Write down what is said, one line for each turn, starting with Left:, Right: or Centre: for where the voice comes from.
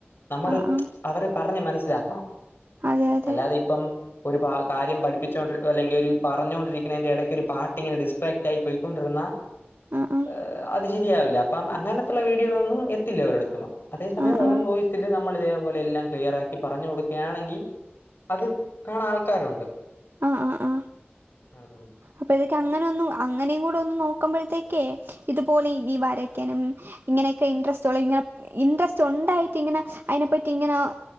Left: നമ്മള്
Right: ആ ആ
Left: അവരെ പറ പറഞ്ഞ് മനസ്സിലാക്കണം.
Right: അതെ അതെ
Left: അല്ലാതെ ഇപ്പം ഒരു കാര്യം പഠി പഠിപ്പിച്ച്ട്ട് അല്ലെങ്കിൽ ഒരു പറഞ്ഞുകൊണ്ടരിക്കുന്ന എന്റെ ഇടയ്ക്ക് ഒരു പാട്ട്ങ്ങനെ ഡിസ്ട്രക് ആയിക്കണ്ടരുന്നാ
Right: ആ ആ
Left: അ അത് ല്ല അപ്പം അങ്ങനത്തുള്ള വീഡോകളൊന്നും എത്തില്ല ഒ രോടുത്ത് അതേ സമയം
Right: ആ
Left: ഓൺവോയ്‌സില്
Right: ആ
Left: നമ്മള ഇതേപലെ എല്ലാം ക്ലിയറക്കി പറഞ്ഞു കൊടുക്കുകയാണെങ്കിൽ അത് കാണാൻ ആൾക്കാരുണ്ട്.
Right: ആഹ ആഹ ആഹ
Left: ഉം ഉം
Right: അപ്പൊത അങ്ങനെ ഒന്നും അങ്ങനെയ കൂടെ ഒന്ന് നോക്കുമ്പോഴത്തേക്കേ ഇതുപോലെ ഈ വരക്കാനും ഇങ്ങനെയൊക്കെ ഇൻട്രസ്റ്റ്ള്ള ഇങ്ങനെ ഇൻട്രസ്റ്റ് ഉണ്ടായിട്ട് ഇങ്ങനെ അതിനെ പറ്റി ഇങ്ങനെ